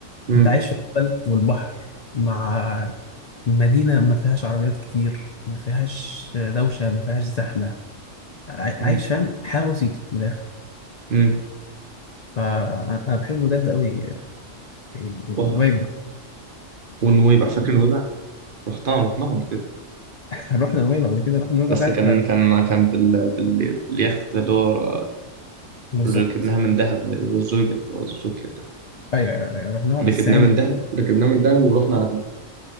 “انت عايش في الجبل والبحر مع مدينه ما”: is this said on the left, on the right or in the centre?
Left